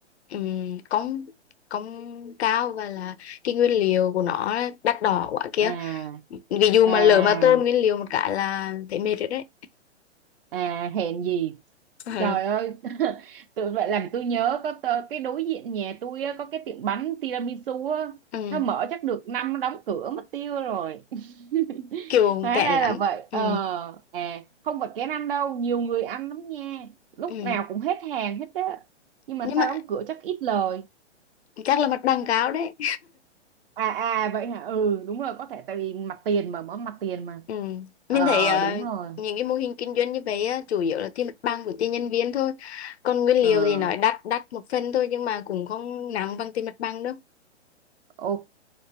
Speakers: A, on the left; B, on the right.
A: um, công công cao và là cái nguyên liệu của nó đắt đỏ quá kia
B: à
A: ví dụ
B: à
A: mà lỡ mà tôn nguyên liệu một cái là thấy mệt rồi đấy
B: à hèn gì
A: <laughs>
B: Trời ơi, <laughs> tự vậy làm tôi nhớ có tờ- cái đối diện nhà tôi á, có cái tiệm bánh tiramisu á,
A: Ờ, ừ,
B: nó mở chắc được năm nó đóng cửa mất tiêu rồi. <laughs>
A: kiểu
B: Hóa
A: kẹt
B: ra
A: lắm
B: là vậy.
A: ừ,
B: Ờ à không phải kén ăn đâu, nhiều người ăn lắm nha. Lúc
A: ừ.
B: nào cũng hết hàng hết á. Nhưng mà
A: nhưng
B: sao
A: mà
B: đóng cửa chắc ít lời.
A: chắc là mặt bằng cao đấy
B: À à vậy hả? Ừ đúng rồi, có thể tại vì mặt tiền mà mở mặt tiền mà.
A: Ừ.
B: Ờ
A: Mình thấy ờ,
B: đúng rồi.
A: những cái mô hình kinh doanh như vậy á, chủ yếu là tiền mặt bằng của tiền nhân viên thôi. Còn nguyên
B: Ờ
A: liệu thì nói đắt đắt một phần thôi nhưng mà cũng không nặng bằng tiền mặt bằng đâu.
B: Ok,